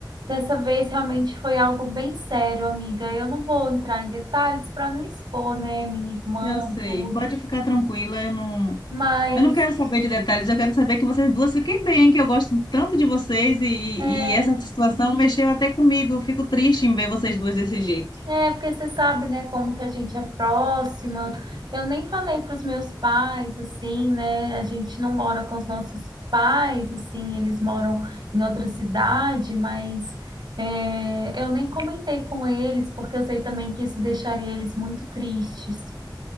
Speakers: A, on the right; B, on the left.
A: dessa vez realmente foi algo bem sério, amiga. Eu não vou entrar em detalhes para não expor, né, minha irmã,
B: eu sei.
A: e tudo,
B: Pode ficar tranquila, eu não
A: mas
B: Eu não quero saber de detalhes, eu quero saber que vocês duas fiquem bem, que eu gosto tanto de vocês e, e
A: é,
B: e essa situação mexeu até comigo. Eu fico triste em ver vocês duas desse jeito.
A: É, porque você sabe, né, como que a gente é próxima. Eu nem falei para os meus pais, assim, né? A gente não mora com os nossos pais, assim, eles moram em outra cidade, mas é, eu nem comentei com eles, porque eu sei também que isso deixaria eles muito tristes.